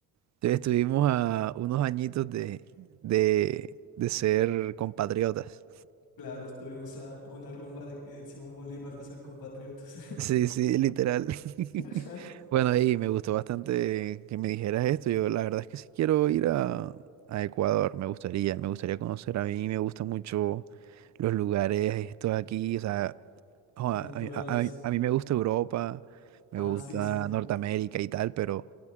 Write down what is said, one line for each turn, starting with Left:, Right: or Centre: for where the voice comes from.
Right: entonces estuvimos a unos añitos de, de, de ser compatriotas.
Left: Claro, estuvimos a una rumba de, que Simón Bolívar de ser compatriotas.
Right: Sí, sí, literal. <laughs>
Left: <laughs>
Right: Bueno, y me gustó bastante que me dijeras esto. Yo la verdad es que sí quiero ir a, a Ecuador, me gustaría, me gustaría conocer. A mí me gustan mucho los lugares estos aquí, o sea, jo,
Left: Sí,
Right: a,
Left: naturales.
Right: a- a- a- mí a mí me gusta Europa, me
Left: Ah,
Right: gusta
Left: sí, sí.
Right: Norteamérica y tal, pero